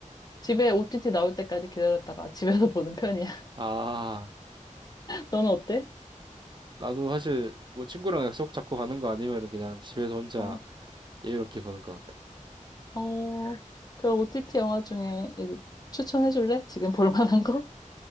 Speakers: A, on the left; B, on the right.
A: 집에 OTT 나올 때까지 기다렸다가 집에서 <laughs> 보는 편이야.
B: 아
A: 너는 어때?
B: 나도 사실 뭐 친구랑 약속 잡고 가는 거 아니면은 그냥 집에서 혼자
A: 어,
B: 여유롭게 보는 것 같아.
A: 어, 그 OTT 영화 중에 이제 추천해줄래? 지금 볼 만한 거?